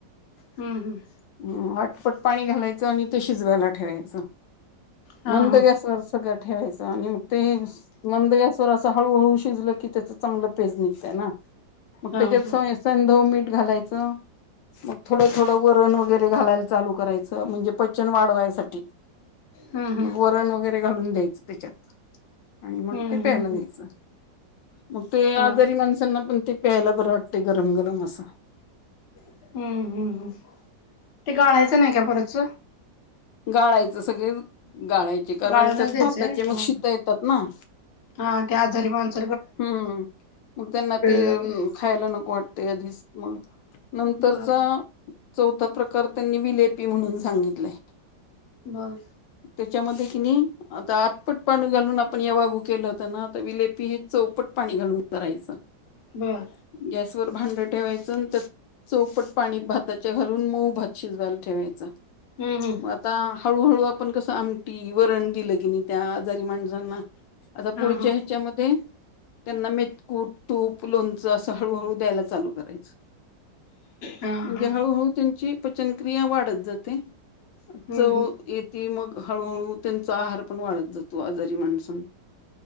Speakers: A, on the left; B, on the left.
A: हम्म हम्म
B: ह आठपट पाणी घालायचं आणि ते शिजवायला ठेवायचं
A: हा
B: मंद
A: हा
B: गॅसवर सगळं ठेवायचं आणि मग ते मंद गॅसवर असं हळूहळू शिजलं की त्याच चांगलं पेज निघत्या ना मग
A: हा
B: त्याच्यात
A: हा
B: सय संदो मीठ घालायचं मग थोडं थोडं वरण वगैरे घालायला चालू करायचं म्हणजे पचन वाढवायसाठी
A: हम्म हम्म
B: मग वरण वगैरे घालून द्यायचं त्याच्यात आणि मग ते
A: हम्म
B: प्यायला घ्यायचं मग ते आजारी
A: हा
B: माणसांना पण ते प्यायला बर वाटतय गरम गरम असं.
A: हम्म हम्म ते गाळायचं नाही का परतच
B: गाळायचं सगळे गाळाय ची कारण
A: गाळूनच
B: त्यात
A: द्यायचंय
B: भाताचे मग
A: हा
B: शीतं येतात ना.
A: हा ते आजारी माणस
B: हम्म हम्म हम्म मग त्यांना ते
A: जात नाही
B: खायला नको वाटते आधीच मग नंतरचा
A: बर
B: चौथा प्रकार त्यांनी विलेपी म्हणून सांगितलंय.
A: मग
B: तेच्यामध्ये कि नाही आता आठपट पाणी घालून आपण या वागू केलं होत ना, आता विलेपी हे चौपट पाणी घालून करायचं.
A: बरं
B: गॅसवर भांडं ठेवायचं त्या चौपट पाणी भाताच्या घालून मऊ भात शिजवायला ठेवायच मग
A: हम्म हम्म
B: आता हळू हळू आपण कसं आमटी वरण दिलं की नाही त्या आजारी माणसांना आता
A: हा
B: पुढच्या
A: हा
B: ह्याच्यामध्ये त्यांना मेेतकूट, तूप, लोणचं, असं हळूहळू द्यायला चालू करायचंय
A: हा
B: म्हणजे
A: हा
B: हळु हळू ती ची पचनक्रिया वाढत जाते
A: हम्म
B: चव
A: हम्म
B: ये ती मग हळूहळू त्यांचा आहार पण वाढत जातो आजारी माणस